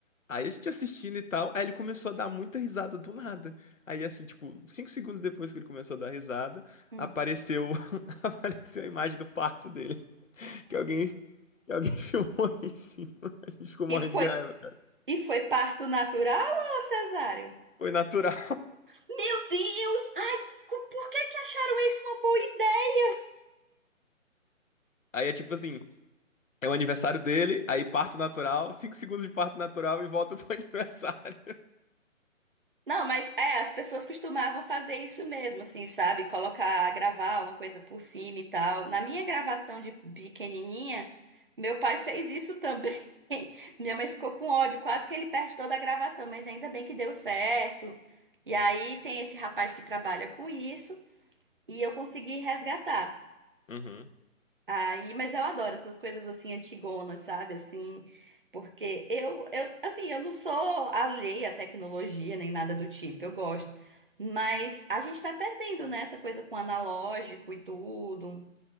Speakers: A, on the left; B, on the right.
A: Aí a gente assistindo e tal, aí ele começou a dar muita risada do nada. Aí assim, tipo, cinco segundos depois que ele começou a dar risada,
B: Hum.
A: apareceu, <laughs> apareceu a imagem do parto dele que alguém E alguém <laughs> filmou isso. e A gente ficou morrendo
B: E foi
A: de raiva.
B: E foi parto natural ou cesáreo?
A: Foi natural.
B: Meu Deus! Ai, co- por que que acharam isso uma boa ideia?
A: Aí é tipo assim: é o aniversário dele, aí parto natural, 5 segundos de parto natural e volta <laughs> pro aniversário.
B: Não, mas é, as pessoas costumavam fazer isso mesmo, assim, sabe? Colocar, gravar uma coisa por cima e tal. Na minha gravação de pequenininha, meu pai fez isso também. <laughs> Minha mãe ficou com ódio, quase que ele perde toda a gravação, mas ainda bem que deu certo. E aí tem esse rapaz que trabalha com isso e eu consegui resgatar.
A: Uhum.
B: Aí, mas eu adoro essas coisas assim antigonas, sabe? Assim, porque eu, eu, assim, eu não sou alheia à tecnologia nem nada do tipo, eu gosto. Mas a gente tá perdendo, né, essa coisa com analógico e tudo.